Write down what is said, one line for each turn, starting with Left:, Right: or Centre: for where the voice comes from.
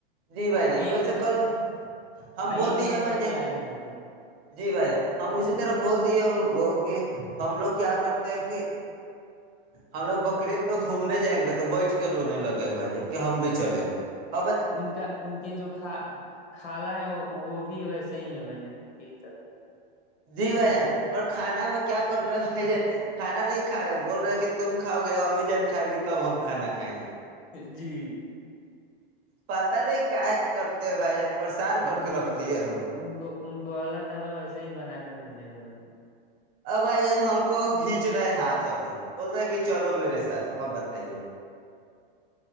Right: جی بھائی جن
Left: ایک
Right: ویسے کل ہم
Left: ایک
Right: بول دی
Left: نمبر
Right: ہے بھائی جن
Left: پہ آئے ہیں بھائی جان
Right: جی بھائی جان ہم اسی طرح بول دیے ان کو کہ ہم لوگ کیا کرتے ہیں کہ ہم لوگ بکرعید میں گھومنے جائیں گے تو بیٹھ کے رونے لگے بھائی جان کی ہم بھی چلیں گے اب
Left: ان کا ان کے جو کا کالا ہے وہ وہ بھی ویسے ہی ہے بھائی جن کے ہی طرح بائی
Right: جی بھ جان اور کھانا میں کیا کر رہے بھ جان کانا نہیں کھ رہے بول رہے کہ تم کھاؤ گے امی جن کھائے گی تب ہم کھانا کھائیں گے
Left: جی
Right: پتا نہیں کاائے کرتے ہو بھائی جان پریشان
Left: ان
Right: کر کے
Left: کو
Right: رکھ دیے ہم
Left: ان کو ان کو اللہ تعالی ویسے ہی بنا کر دیجئے بھائی جان
Right: ہاں بھائی جان ہم کو کھینچ رہے ہاتھ ابھی بول رہے کہ چلو میرے ساتھ اب بتائیے